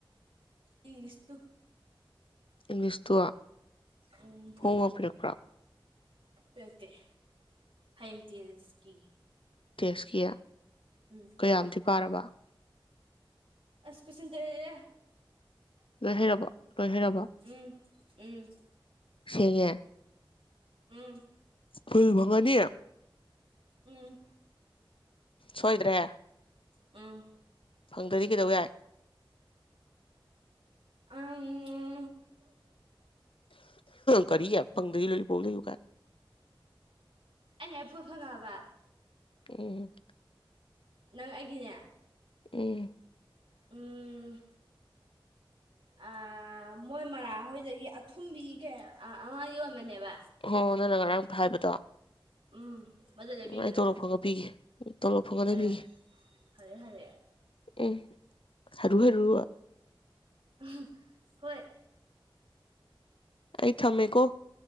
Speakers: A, on the right; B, on the left.
A: ꯏꯪꯂꯤꯁ ꯇꯨ
B: ꯏꯪꯂꯤꯁꯇꯨ
A: ꯎꯝ
B: ꯍꯣꯝꯋꯔꯛ ꯄꯤꯔꯛꯄ꯭ꯔꯣ
A: ꯄꯤꯔꯛꯇꯦ ꯍꯌꯦꯡ ꯇꯦꯁꯀꯤ
B: ꯇꯦꯁ ꯀꯌꯥ
A: ꯎꯝ
B: ꯀꯌꯥꯝꯗꯤ ꯄꯥꯔꯕ
A: ꯑꯁ ꯀꯣꯏꯁꯟ ꯇꯔꯦꯠꯅꯤꯗ
B: ꯂꯣꯏ ꯍꯩꯔꯕꯣ ꯂꯣꯏ ꯍꯩꯔꯕꯣ
A: ꯎꯝ ꯎꯝ
B: ꯁꯦꯡꯉꯦ
A: ꯎꯝ
B: ꯐꯨꯜ ꯐꯉꯅꯤ
A: ꯎꯝ
B: ꯁꯣꯏꯗ꯭ꯔꯦ
A: ꯑꯨꯝ
B: ꯐꯪꯗ꯭ꯔꯗꯤ ꯀꯩꯗꯧ ꯌꯥꯏ
A: ꯑꯝꯝ
B: ꯀꯔꯤ ꯐꯪꯗꯕꯩ ꯂꯣꯜꯂꯤꯄꯣꯞ ꯂꯩꯌꯨ ꯀꯥꯏꯟ
A: ꯑꯩꯅꯍꯦꯛ ꯐꯨꯜ ꯐꯪꯉꯛ ꯑꯕ
B: ꯎꯝ
A: ꯅꯪ ꯑꯩꯒꯤꯅꯦ
B: ꯎꯝ
A: ꯎꯝ ꯑ ꯃꯣꯏ ꯃꯔꯥꯍꯣꯏꯗꯒꯤ ꯑꯊꯨꯝꯕꯤ ꯀꯌꯥ ꯑꯃ ꯌꯣꯟꯕꯅꯦꯕ
B: ꯍꯣ ꯅꯪꯅ ꯉꯔꯥꯡ ꯐꯥꯏꯕꯗꯣ
A: ꯎꯝ ꯃꯗꯨ ꯂꯩꯕꯤꯒꯗꯕꯅꯤ
B: ꯎꯝ ꯑꯩ ꯇꯣꯂꯣꯞ ꯐꯪꯒ ꯄꯤꯒꯦ ꯇꯣꯂꯣꯞ ꯐꯪꯉ ꯂꯩꯕꯤꯒꯦ
A: ꯑꯦ ꯐꯔꯦ ꯐꯔꯦ
B: ꯑꯨꯡ ꯍꯔꯨ ꯍꯔꯨ
A: ꯎꯝ ꯍꯣꯏ
B: ꯑꯩ ꯊꯃꯦꯀꯣ